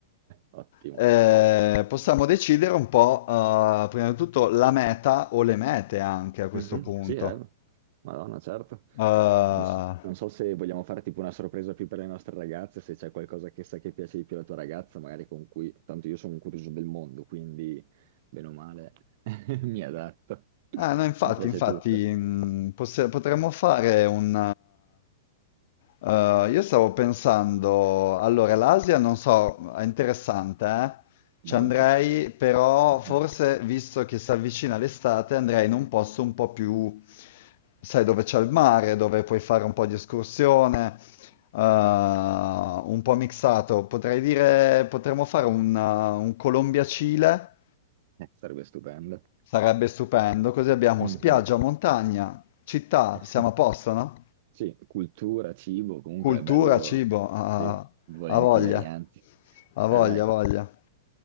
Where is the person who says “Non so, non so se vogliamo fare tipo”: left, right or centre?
Right